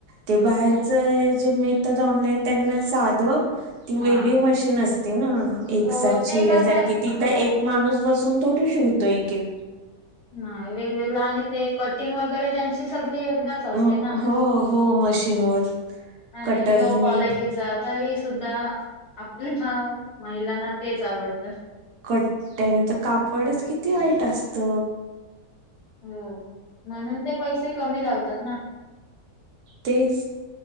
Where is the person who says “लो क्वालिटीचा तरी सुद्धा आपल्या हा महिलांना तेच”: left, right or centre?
Left